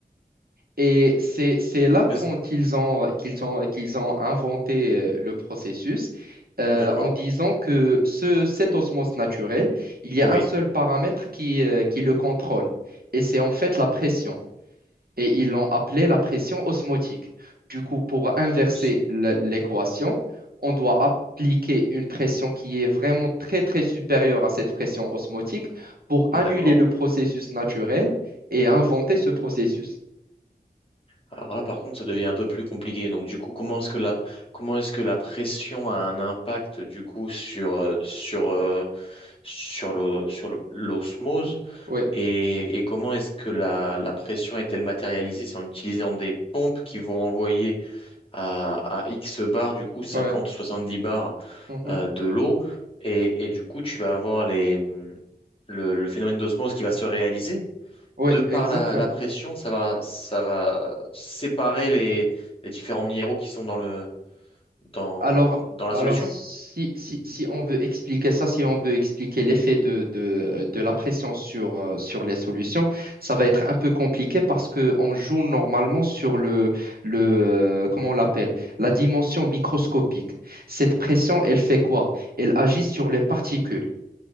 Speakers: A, on the right; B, on the left.
A: Et c'est, c'est là
B: Parce-
A: quand ils ont, qu'ils ont, qu'ils ont inventé euh, le processus euh,
B: d'accord,
A: en disant que ce, cette osmose naturelle, il y a
B: oui,
A: un seul paramètre qui, euh, qui le contrôle, et c'est en fait la pression. Et ils l'ont appelé la pression osmotique. Du coup, pour inverser
B: Si.
A: l- l'équation, on doit appliquer une pression qui est vraiment très, très supérieure à cette pression osmotique pour annuler
B: d'accord.
A: le processus naturel et inventer ce processus.
B: Alors là, par contre, ça devient un peu plus compliqué. Donc, du coup, comment est-ce que la, comment est-ce que la pression a un impact, du coup, sur, euh, sur, euh, sur le, sur le- l'osmose?
A: Oui,
B: Et, et comment est-ce que la, la pression est-elle matérialisée? C'est en utilisant des pompes qui vont envoyer à, à X bar, du coup, 50,
A: ouais.
B: 70 bars
A: Mhm.
B: euh, de l'eau. Et, et du coup, tu vas avoir les, le, le phénomène d'osmose qui va se réaliser
A: Oui,
B: de par
A: exactement.
B: la, la pression, ça va, ça va séparer les, les différents minéraux qui sont dans le, dans,
A: Alors,
B: dans la
A: alors
B: solution.
A: si, si, si on veut expliquer ça, si on veut expliquer l'effet de, de, de la pression sur, euh, sur les solutions, ça va
B: Mhm.
A: être un peu compliqué parce qu'on joue normalement sur le, le euh, comment on l'appelle, la dimension microscopique. Cette pression,
B: Ouais,
A: elle fait quoi? Elle agit sur les particules.